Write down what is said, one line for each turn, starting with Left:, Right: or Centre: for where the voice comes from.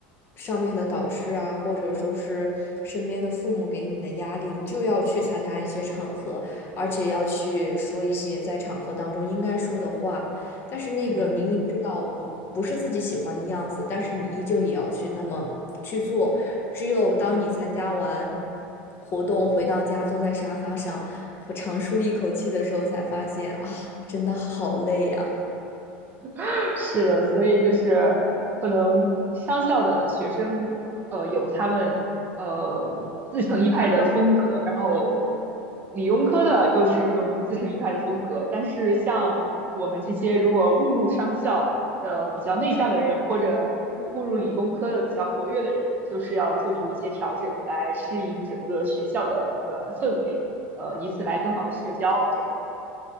Left: 上面的导师啊，或者说是身边的父母给你的压力，你就要去参加一些场合。而且要去说一些在场合当中应该说的话。但是那个明明知道不不是自己喜欢的样子，
Right: 嗯
Left: 但是你依旧也要去那么去做。只有当你参加完
Right: 嗯
Left: 活动回到家，坐在沙发上，我长舒一口气的时候，才发现啊，真的好累呀、
Right: <laughs> 是的，所以就是可能商校的学生，呃，有他们呃自成一派的风格，然后理工科的又是一种自成一派的风格。但是像我们这些如果误入商校的比较内向的人，或者入误入理工科的比较活跃的人，就是要做出一些调整来适应整个学校的一个氛围，呃，以此来更好的社交。这样，